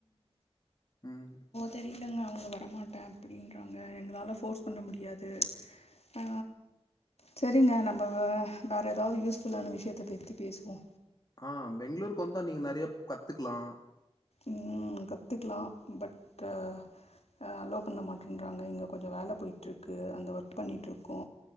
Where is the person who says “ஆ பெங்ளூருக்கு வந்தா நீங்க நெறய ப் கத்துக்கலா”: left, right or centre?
Left